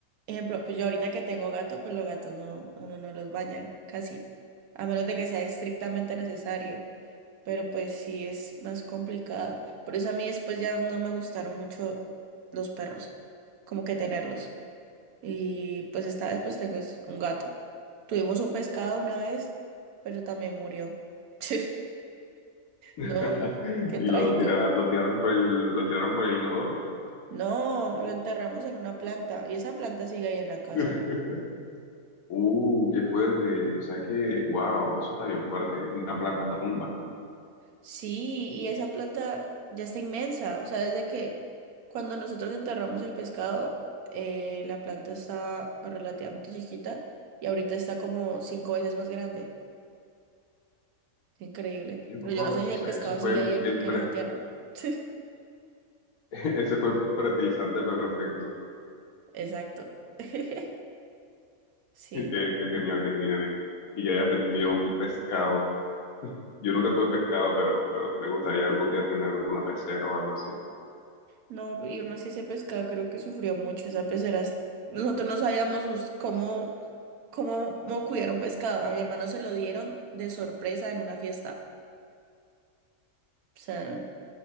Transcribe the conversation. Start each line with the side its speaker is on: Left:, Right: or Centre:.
Right: ejemplo, pues yo ahorita que tengo gato, pues los gatos no, uno no los baña casi, a menos de que sea estrictamente necesario. Pero pues sí es más complicado. Por eso a mí después ya no me gustaron mucho los perros, como que tenerlos. Y pues esta vez pues tengo es un gato. Tuvimos un pescado una vez, pero también murió. <laughs>
Left: <laughs>
Right: No,
Left: Y
Right: qué trágico.
Left: lo tira, lo tiraron por el, lo tiraron por el inodoro.
Right: No, lo enterramos en una planta y esa planta sigue ahí en la casa.
Left: <laughs> Uh, qué fuerte. O sea que, wow, eso está bien fuerte. Es una planta tumba.
Right: Sí, y esa planta ya está inmensa. O sea, desde que cuando nosotros enterramos el pescado, eh, la planta estaba relativamente chiquita y ahorita está como cinco veces más grande. Es increíble.
Left: Dios,
Right: Pero yo no sé si el
Left: o sea
Right: pescado
Left: que eso fue
Right: sigue
Left: el,
Right: ahí en
Left: el
Right: en esa tierra. <laughs>
Left: <laughs> Ese fue el fertilizante perfecto.
Right: Exacto. <laughs>
Left: <laughs>
Right: Sí,
Left: Qué,
Right: no.
Left: qué genial, qué genial. Y, y que hayas tenido un pescado. Yo nunca tuve pescado, pero, pero me gustaría algún día tener alguna pecera o algo así.
Right: No, y aún así ese pescado creo que sufrió mucho esa pecera. es- Nosotros no sabíamos us- cómo, cómo, cómo cuidar un pescado. A mi hermano se lo dieron de sorpresa en una fiesta. O sea,